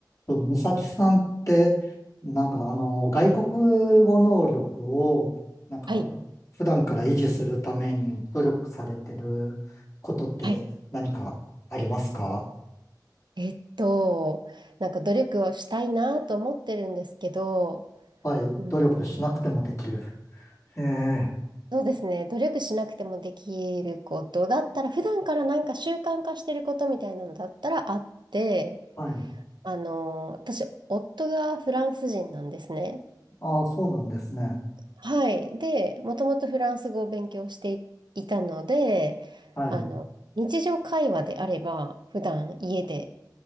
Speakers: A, on the left (about 45°); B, on the right (about 85°).
A: と、美咲さんって、なんかあの、外国語能力を、なんか、
B: はい。
A: 普段から維持するために努力されてることって何かありますか
B: はい。えっと、なんか努力をしたいなと思ってるんですけど、
A: はい。
B: うん
A: 努力しなくてもできる。
B: <laughs>
A: ええ。
B: そうですね。努力しなくてもできることだったら、普段からなんか習慣化してることみたいなのだったらあって、
A: はい。
B: あの、私、夫がフランス人なんですね。
A: ああ、そうなんですね。
B: はい。で、もともとフランス語を勉強していいたので、
A: はい。
B: あの、日常会話であれば、普段家で